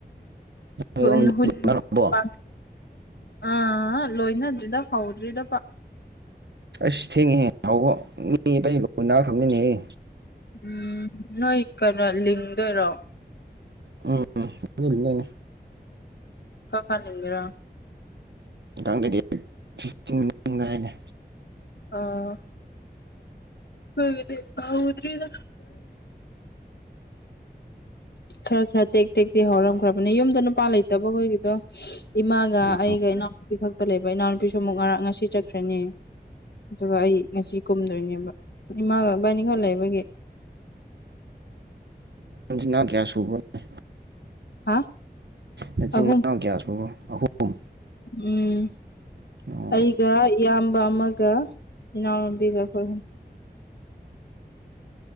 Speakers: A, on the right (about 85°); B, on the left (about 75°).
A: ꯅꯣꯏꯔꯣꯝꯗꯤ
B: ꯍ ꯍꯨꯟ
A: ꯂꯣꯛꯅꯔꯕꯣ
B: ꯄ ꯑꯥ ꯂꯣꯏꯅꯗ꯭ꯔꯤꯗ ꯍꯧꯗ꯭ꯔꯤꯗ ꯄ
A: ꯑꯩꯁ ꯊꯦꯡꯉꯦꯦ ꯍꯥꯎꯕ ꯃꯤ ꯑꯇꯩ ꯂ ꯅꯥꯔꯛꯈ꯭ꯔꯕꯅꯤꯅꯦꯍꯦ
B: ꯎꯝ ꯅꯣꯏ ꯀꯅꯥ ꯂꯤꯡꯗꯔꯣ
A: ꯎꯝ
B: ꯀ ꯀꯥ ꯂꯩꯒ꯭ꯔꯥ
A: ꯀꯥꯡ ꯂꯩꯗꯤ ꯑꯩ ꯐꯤꯇꯤꯟꯥꯏꯅꯦ
B: ꯑꯥ ꯍꯗꯤꯦ ꯍꯎꯗ꯭ꯔꯔꯤꯗ ꯈꯔ ꯈꯔ ꯇꯦꯛ ꯇꯦꯛ ꯇꯦꯛ ꯍꯧꯔꯝꯈ꯭ꯔꯕꯅꯦ ꯌꯨꯝꯗ ꯅꯨꯄꯥ ꯂꯩꯇꯕꯈꯣꯏꯒꯤꯗꯣ ꯏꯃꯥꯒ
A: ꯎꯝ
B: ꯑꯩꯒ ꯏꯅꯥꯎꯅꯨꯄꯤ ꯈꯛꯇ ꯂꯩꯕ ꯏꯅꯥꯎꯅꯨꯄꯤꯁꯨ ꯑꯃꯨꯛ ꯉꯔꯥꯡ ꯉꯁꯤ ꯆꯠꯈ꯭ꯔꯅꯤ ꯑꯗꯨꯒ ꯑꯩ ꯉꯁꯤ ꯀꯨꯝꯗꯣꯏꯅꯦꯕ ꯏꯃꯥꯒꯕꯥꯅꯤꯈ ꯂꯩꯕꯒꯤ <inaudible>
A: ꯅ ꯀꯌꯥ ꯁꯨꯕꯅꯦ
B: ꯍꯥ
A: ꯅꯆꯤꯟꯅꯥꯎ
B: ꯑꯍꯨꯝ
A: ꯌꯥꯁꯄꯕꯣ ꯑꯍꯨꯝ
B: ꯎꯝ
A: ꯑꯣ
B: ꯑꯩꯒ ꯌꯥꯝ ꯃꯒ ꯌꯥꯝꯎ ꯃꯕꯤꯒ ꯀꯣꯏ